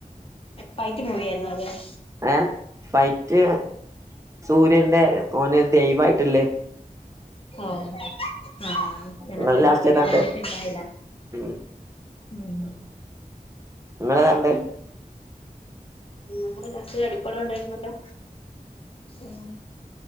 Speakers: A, on the left; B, on the right.
A: ഫൈറ്റ് മൂവി യാരുന്നോ? <unintelligible>
B: ഏ ഫൈറ്റ് സൂര്യേന്റെ ഓന് ദൈവായിട്ടല്ലേ
A: ഓ ആ ആ ഞാനാ
B: നിങ്ങൾ
A: സിനിമാടെ
B: ലാസ്റ്റ്
A: റിവ്യൂ
B: ഏതാണ്ട്
A: കണ്ടിട്ടിണ്ടായില്ല
B: ഉം
A: ഉം
B: നിങ്ങളേതാ കണ്ടെ
A: ഉം ഞങ്ങള് ലാസ്റ്റ് ഒരടിപ്പടം ഉണ്ടായിരുന്നല്ലോ ഉം